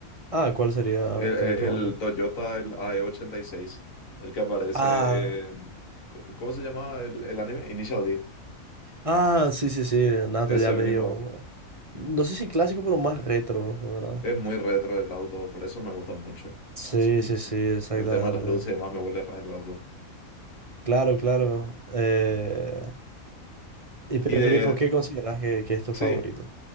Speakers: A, on the right (about 30°); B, on the left (about 70°).
A: Ah, ¿cuál sería
B: E-
A: tu, tu
B: Es el
A: auto?
B: Toyota, el A E ochenta y seis, el que aparece
A: Ah,
B: en... co- ¿Cómo se llama el, el anime? Initial D.
A: ah, sí, sí, sí, Nato
B: Ese
A: ya
B: mismo.
A: medio. No sé si clásico, pero más retro, ¿verdad?
B: Es muy retro el auto, por eso me gusta mucho.
A: Sí,
B: Sí, Y
A: sí, sí, exactamente.
B: el tema de las luces y demás me vuelve re loco.
A: Claro, claro. Eh, y, pero,
B: Y de...
A: pero ¿y por qué consideras que, que es tu
B: Sí.
A: favorito?